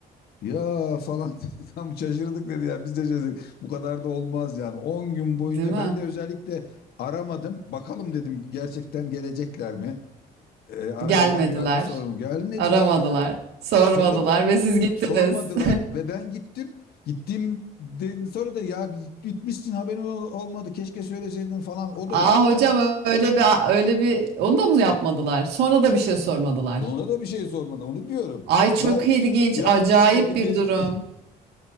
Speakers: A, on the left; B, on the right.
A: Ya falan <laughs> dedi. Tam şaşırdık dedi ya. Biz de şaşırdık. Bu kadar da olmaz yani. 10 gün boyunca
B: Değil mi?
A: ben de özellikle aramadım. Bakalım dedim gerçekten gelecekler mi? E, arayacaklar
B: Gelmediler,
A: mı sorum. Gelmediler
B: aramadılar,
A: ya.
B: sormadılar
A: Sonra ben
B: ve siz gittiniz.
A: sormadılar
B: <laughs>
A: ve ben gittim. Gittiğimden sonra da ya gitmişsin haberim ol- olmadı keşke söyleseydin falan o
B: Aa
A: da yok yani.
B: hocam öyle bir öyle bir onu da mı yapmadılar? Sonra da bir şey sormadılar.
A: Sonra da bir şey sormadı. Onu diyorum.
B: Ay çok
A: Gel
B: ilginç,
A: bir hafta
B: acayip
A: oldu geçti.
B: bir durum.
A: <laughs>